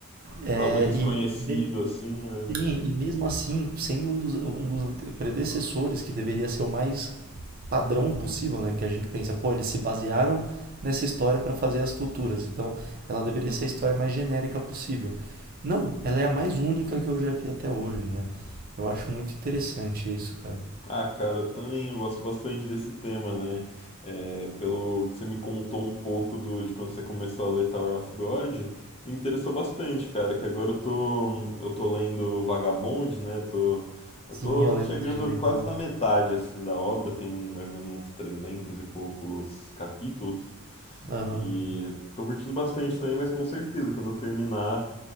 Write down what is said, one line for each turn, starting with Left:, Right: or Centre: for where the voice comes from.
Right: é,
Left: Algo desconhecido
Right: e, me-
Left: assim, né?
Right: sim, e mesmo assim, sendo um dos, um dos ante- predecessores que deveria ser o mais padrão possível, né, que a gente pensa, pô, eles se basearam nessa história para fazer as futuras, então ela deveria ser a história mais genérica possível. Não, ela é a mais única que eu já vi até hoje, né? Eu acho muito interessante isso, cara.
Left: Ah, cara, eu também gosto bastante desse tema, né? É, pelo que você me contou um pouco do, de quando você começou a ler Tower of God, me interessou bastante, cara, que agora eu tô, eu tô lendo Vagabond, né? Tô, eu
Right: Sim,
Left: tô
Right: eu lembro
Left: chegando
Right: que você comentou.
Left: quase na metade, assim, da obra, tem mais ou menos uns 300 e poucos capítulos.
Right: Aham.
Left: E tô curtindo bastante também, mas com certeza, quando eu terminar,